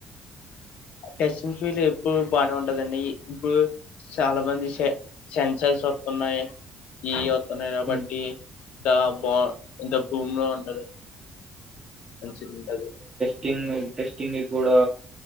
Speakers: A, on the left; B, on the right.
A: టెస్టింగ్ ఫీల్డ్ ఎప్పుడు బాగానే ఉండదిన్న ఈ ఇప్పుడు చాలా మంది సె సెన్సర్స్ వస్తున్నాయి ఈ వస్తున్నాయి కాబట్టి
B: ఉమ్,
A: ఇంత బా ఎంత భూమిలో ఉంటది మంచిది ఉంటది
B: చిన్న టెస్టింగ్ టెస్టింగ్ కూడా